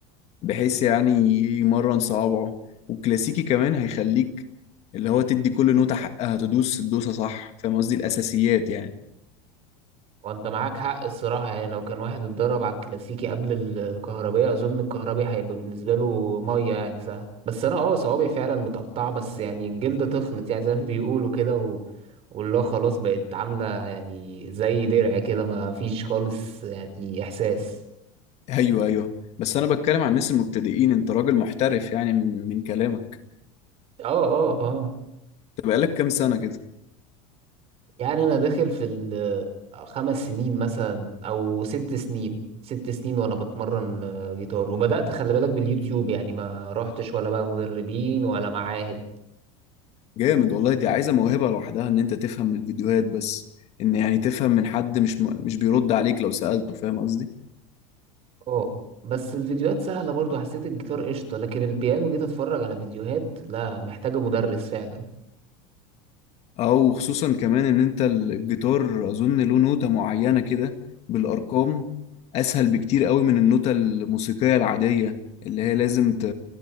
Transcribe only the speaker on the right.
وانت معاك حق الصراحة يعني لو كان واحد اتدرب على الكلاسيكي قبل الكهربية اظن الكهربي هيبقى بالنسبة له مية يعني سهل بس انا اه صوابعي فعلا متقطعة بس يعني الجلد تخنت يعني زي ما <laughs> بيقولوا كده و... واللي هو خلاص بقت عاملة يعني زي درع كده ما فيش خالص يعني احساس
اه اه اه
يعني انا داخل في ال- خمس سنين مثلا او ست سنين ست سنين وانا بتمرن آه، جيتار وبدأت خلي بالك باليوتيوب يعني ما رحتش ولا بقى مدربين ولا معاهد
اه بس الفيديوهات سهلة برضو حسيت الجيتار قشطة لكن البيانو جيت اتفرج على فيديوهات لا محتاجة مدرس فعلا